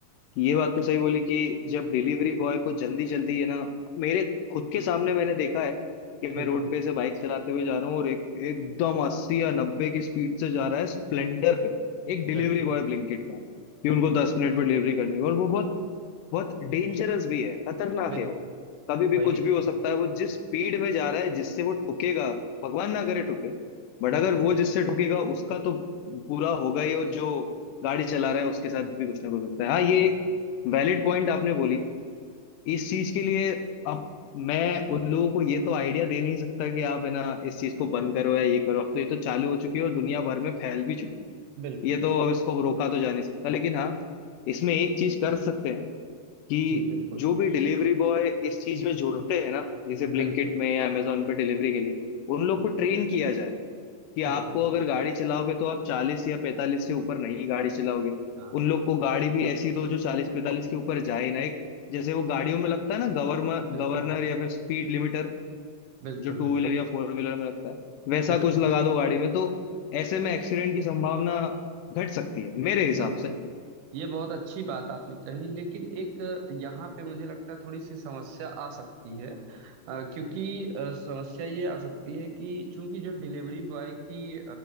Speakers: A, on the left (about 80°); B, on the right (about 75°).
A: कि ये बात तो सही बोली कि जब डिलीवरी बॉय को जल्दी जल्दी है ना मेरे खुद के सामने मैंने देखा है कि मैं
B: बिल्कुल
A: रोड पे से बाइक चलाते हुए जा रहा हूँ और एक एकदम अस्सी या नब्बे की स्पीड से जा रहा है स्प्लेंडर पे एक डिलीवरी
B: बिल्कुल
A: बॉय ब्लिंकिट का कि
B: बिल्कुल
A: उनको दस मिनट में डिलीवरी करनी है और वो बहुत बहुत डेंजरस भी है खतरनाक
B: बिल्कुल
A: है वो कभी भी
B: वही
A: कुछ भी
B: वही
A: हो सकता है वो जिस स्पीड में जा रहा है जिससे वो ठुकेगा भगवान ना करे ठुके बट अगर
B: बिल्कुल
A: वो जिससे ठुकेगा उसका तो बुरा होगा ही और जो गाड़ी चला रहा है उसके साथ भी कुछ ना कुछ होता है हाँ ये
B: बिल्कुल
A: एक वैलिड पॉइंट आपने बोली इस चीज के लिए अब मैं उन लोगों को ये तो आइडिया दे नहीं सकता कि आप है ना इस चीज को बंद करो या ये करो अब तो ये तो चालू हो चुकी है और दुनिया भर में फैल भी चुकी है
B: बिल्कुल
A: ये तो अब इसको रोका तो जा नहीं सकता लेकिन हाँ इसमें एक चीज कर सकते हैं कि
B: जी बिल्कुल
A: जो भी डिलीवरी बॉय इस चीज में जुड़ते हैं ना जैसे ब्लिंकिट
B: बिल्कुल
A: में या अमेजोन पे डिलीवरी के लिए उन लोग
B: ओके
A: को ट्रेन किया जाए कि आपको
B: बिल्कुल
A: अगर गाड़ी चलाओगे तो आप चालीस या पैंतालीस से ऊपर नहीं गाड़ी चलाओगे
B: हाँ
A: उन लोग को गाड़ी भी ऐसी दो जो चालीस पैंतालीस के ऊपर जाए ही ना एक जैसे वो गाड़ियों में लगता है ना गवर्नर
B: बिल्कुल
A: गवर्नर या फिर स्पीड लिमिटर
B: बिल्कुल
A: जो टू
B: बिल्कुल
A: व्हीलर या फोर व्हीलर में लगता है वैसा
B: बिल्कुल
A: कुछ लगा दो गाड़ी में तो ऐसे में एक्सीडेंट
B: हाँ
A: की संभावना घट सकती है मेरे हिसाब
B: बिल्कुल
A: से
B: ये बहुत अच्छी बात आपने कही लेकिन एक अ, यहाँ पे मुझे लगता है थोड़ी सी समस्या आ सकती है अ, क्योंकि अ, समस्या ये आ सकती है कि चूंकि जो डिलीवरी बॉय की